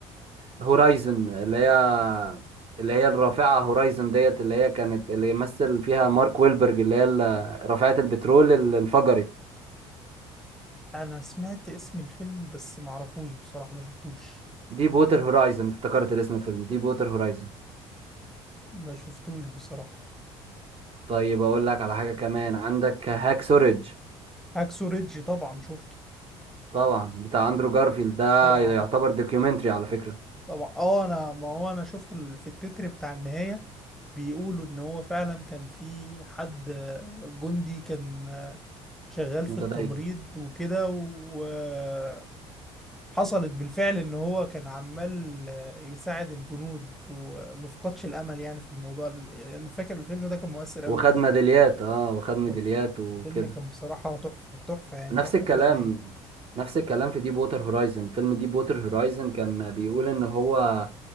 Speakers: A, on the right; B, in the centre.
A: هورايزن اللي هي اللي هي الرافعه هورايزن ديت اللي هي كانت اللي يمثل فيها مارك ويلبرج اللي هي ال- رافعه البترول اللي انفجرت
B: انا سمعت اسم الفيلم بس معرفوش بصراحة ما شفتوش
A: دي بوتر هورايزن افتكرت الاسم الفيلم دي بوتر هورايزن
B: ما شفتوش بصراحة
A: طيب اقول لك على حاجه كمان عندك هاك سوريج
B: هاكسو ريدج طبعا شفته
A: طبعا بتاع اندرو جارفيلد ده
B: طبعا
A: يعتبر دوكيومنتري على فكره
B: طبعا اه انا ما هو انا شفت ال- في التتر بتاع النهاية بيقولوا ان هو فعلا كان في حد آه، جندي كان آه، شغال في
A: متدين
B: التمريض وكده وحصلت بالفعل ان هو كان عمال آه، يساعد الجنود ومفقدش الامل يعني في الموضوع انا فاكر الفيلم ده كان مؤثر قوي
A: وخد
B: بالنسبة
A: ميداليات
B: لي
A: اه وخد ميداليات
B: اوف
A: وكده
B: فيلم كان بصراحة تحفة تحفة يعني
A: نفس
B: تحفة
A: الكلام
B: فنية
A: نفس الكلام في ديب ووتر هورايزن فيلم ديب ووتر هورايزن كان بيقول ان هو